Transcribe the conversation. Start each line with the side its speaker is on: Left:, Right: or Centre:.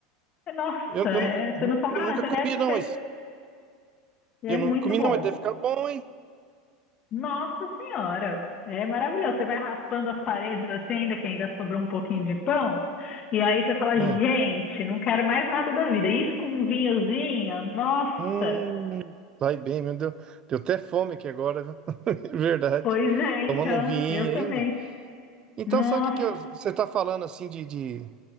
Left: é- nossa,
Right: eu,
Left: é-
Right: eu, nu-
Left: você não sobra
Right: eu nunca
Left: nada, você
Right: comi,
Left: desce,
Right: não,
Left: você-
Right: mas.
Left: é
Right: Eu nunca
Left: muito
Right: comi,
Left: bom.
Right: não, mas deve ficar bom, hein?
Left: Nossa Senhora, é maravilhoso. Você vai raspando as paredes assim, ainda que ainda sobrou um pouquinho de pão, e aí você fala,
Right: É.
Left: gente, não quero mais nada da vida. Isso com um vinhozinho, nossa.
Right: Hum, vai bem, meu Deus. Deu deu até fome aqui agora, viu? <laughs> Verdade.
Left: Pois é,
Right: Tomando
Left: então,
Right: um vinho
Left: eu também.
Right: ainda. Então,
Left: Nossa.
Right: sabe o que que eu- você está falando assim de, de,